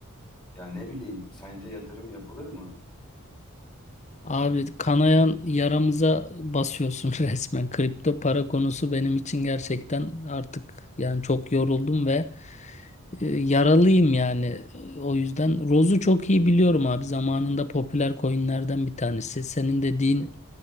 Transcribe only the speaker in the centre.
Ya ne bileyim sence yatırım yapılır mı?